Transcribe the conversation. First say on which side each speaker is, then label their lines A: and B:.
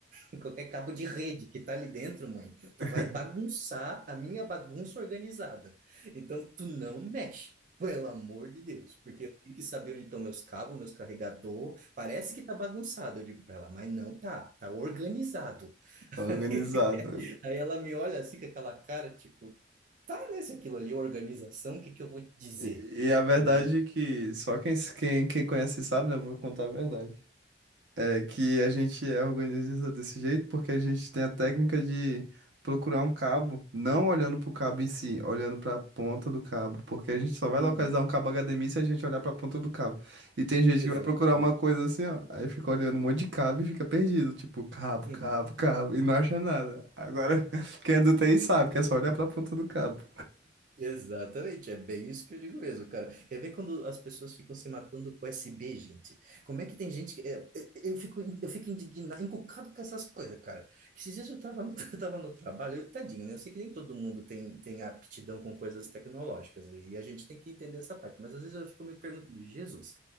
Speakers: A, on the right; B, on the right.
A: em qualquer cabo de rede que tá ali dentro, mãe.
B: <laughs>
A: Tu vai bagunçar a minha bagunça organizada. Então, tu não mexe. Pelo amor de Deus, porque eu tenho que saber onde estão meus cabos, meus carregador. Parece que tá bagunçado, eu digo para ela, mas não tá, tá organizado. <laughs>
B: Organizado.
A: Aí ela me olha assim com aquela cara, tipo, tá, né? Se aquilo ali é organização, o que que eu vou te dizer?
B: E, e a verdade
A: Eu vou-
B: é que só quem, quem, quem conhece sabe, né? Vou contar a verdade. É que a gente é organiza desse jeito porque a gente tem a técnica de procurar um cabo, não olhando pro cabo em si, olhando pra ponta do cabo, porque a gente só vai
A: Uhum,
B: localizar um cabo HDMI se a gente olhar pra ponta do cabo. E tem gente
A: exatamente.
B: que vai procurar uma coisa assim, ó, aí fica olhando um monte de cabo e fica perdido, tipo cabo,
A: Uhum.
B: cabo, cabo, e não acha nada. Agora, <laughs> quem é do T TI sabe que é só olhar pra ponta do cabo.
A: Exatamente, é bem isso que eu digo mesmo, cara. Quer ver quando as pessoas ficam se matando com SB, gente? Como é que tem gente que. é, é, eu fico, eu fico indignado, encucado com essas coisas, cara. Que esses dias eu tava, no- <laughs> eu tava no trabalho, eu- tadinho, né? Eu sei que nem todo mundo tem, tem aptidão com coisas tecnológicas, né? e a gente tem que entender essa parte, mas às vezes eu fico me perguntando, Jesus,